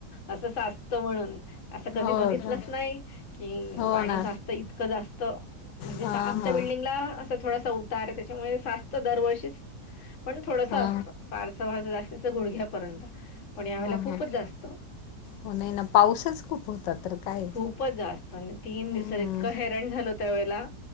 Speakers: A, on the left; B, on the left.
A: अस साचत म्हणून असं कधी
B: हो
A: बघितलंच
B: का
A: नाही. की
B: हो
A: पाणी
B: ना
A: साचत इतकं जास्त म्हणजे
B: हा
A: आमच्या
B: हा
A: बिल्डिंगला असं थोडासा उतार आहे त्याच्यामुळे जास्त दरवर्षीच पण थोडस
B: हा
A: असतं फारसं वारस जास्तच गुडघ्यापर्यंत पण यावेेळेला
B: हा
A: खूपच
B: हा
A: जास्त
B: हो नाही ना पाऊसच खूप होता तर काय?
A: खूपच जास्त आणि तीन
B: हम्म
A: दिवसात इतकं हैरण झालं त्यावेळेला